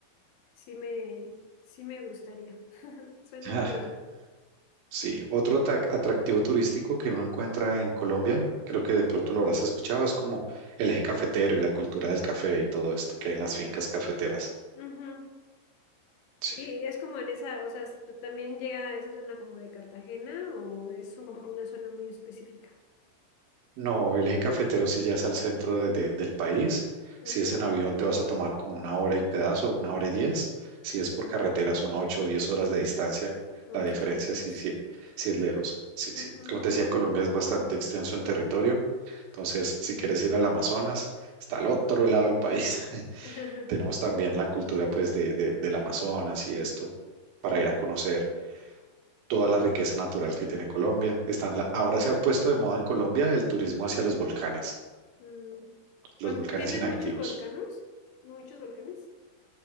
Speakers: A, on the left; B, on the right.
A: Sí me, sí me gustaría. <laughs> Suena
B: <laughs>
A: muy bien.
B: Sí, otro ata- atractivo turístico que uno encuentra en Colombia, creo que de pronto lo habrás escuchado, es como el eje cafetero y la cultura del café y todo esto que hay en las fincas cafeteras.
A: Ujú.
B: Sí.
A: Y es como en esa, o sea, ¿tú también llega a esa zona como de Cartagena o es un- como una zona muy específica.
B: No, el eje cafetero sí ya es al centro de- de- del país.
A: Ajá,
B: Si es en avión te vas a tomar como una hora y pedazo, una hora y diez. Si
A: ajá.
B: es por carretera son ocho o diez horas de distancia.
A: Oh,
B: La diferencia
A: sí está lejos.
B: sí, sí, sí es lejos. Sí,
A: Ujú.
B: sí. Como te decía, Colombia es bastante extenso en territorio. Entonces, si quieres ir al Amazonas, está al otro lado del país. <laughs>
A: <laughs>
B: Tenemos también la cultura pues de, de- del Amazonas y esto para
A: Ajá.
B: ir a conocer toda la riqueza natural que tiene Colombia. Están la- ahora se ha puesto de moda en Colombia el turismo hacia los volcanes
A: Mm. ¿Cuán-
B: los volcanes
A: ¿Tienen
B: inactivos.
A: muchos volcanes? ¿Muchos volcanes?